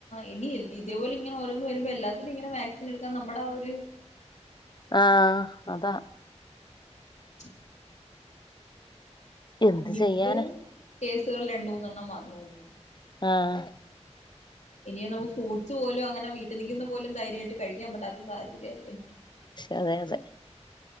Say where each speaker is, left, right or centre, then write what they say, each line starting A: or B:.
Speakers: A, on the left (about 80°); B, on the left (about 40°).
A: ഇനി ഇതേപോലെ ഇങ്ങനെ ഓരോന്ന് വരുമ്പോ എല്ലാത്തിനും ഇങ്ങനെ വാക്സിൻ എടുക്കാൻ നമ്മുടെ ആ ഒരു
B: ആ, അതാ.
A: <inaudible>
B: എന്ത്തു
A: നിപ്പയും
B: ചെയ്യാന.
A: കേസുകൾ രണ്ട് മൂന്നെണ്ണം വന്നുന്നു.
B: ആ.
A: ഇനിയ നമുക്ക് ഫ്രൂട്സ് പോലും അങ്ങനെ വീട്ടിൽ നിക്കുന്ന പോലും ധൈര്യമായിട്ട് കഴിക്കാൻ പറ്റാത്ത സാഹചര്യല്ലേ.
B: അതെ അതെ.